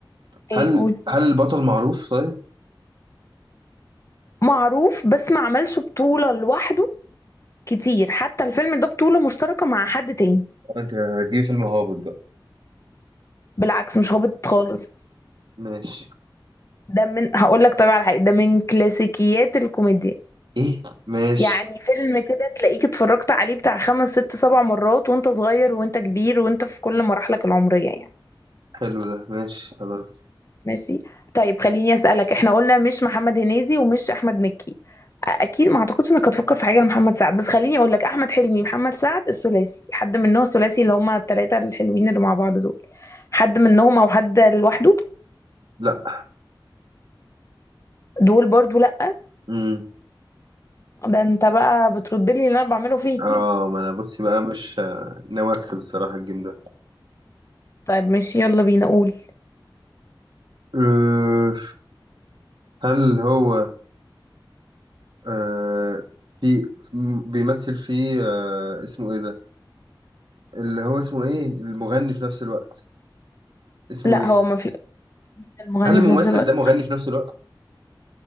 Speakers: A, on the left; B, on the right.
A: ايه
B: هل
A: قول
B: هل البطل معروف طيب
A: معروف بس ما عملش بطوله لوحده كتير حتى الفيلم ده بطوله مشتركه مع حد تاني
B: انت هتجيب فيلم هابط بقى
A: بالعكس مش هابط خالص
B: ماشي
A: ده من هقول لك طبعا على حاجه ده من كلاسيكيات الكوميديا
B: ايه ماشي
A: يعني فيلم كده تلاقيك اتفرجت عليه بتاع خمس ست سبع مرات وانت صغير وانت كبير وانت في كل مراحلك العمرية يعني
B: حلو ده ماشي خلاص
A: ماشي طيب خليني اسألك احنا قلنا مش محمد هنيدي ومش احمد مكي أ- اكيد ما اعتقدش انك هتفكر في حاجة لمحمد سعد بس خليني اقول لك احمد حلمي محمد سعد الثلاثي حد منهم الثلاثي اللي هما الثلاثة الحلوين اللي مع بعض دول حد منهم او حد لوحده
B: لا
A: دول برضو لا
B: امم
A: ده انت بقى بترد لي اللي انا بعمله فيك
B: اه ما انا بصي بقى مش آه، ناوي اكسب الصراحة الجيم ده
A: طيب ماشي يلا بينا قول
B: أه هل هو أه في م- بيمثل فيه أه اسمه ايه ده اللي هو اسمه ايه المغني في نفس الوقت اسمه
A: لا
B: ايه
A: هو ما في المغني
B: هل الممثل
A: في نفس الوقت
B: ده مغني في نفس الوقت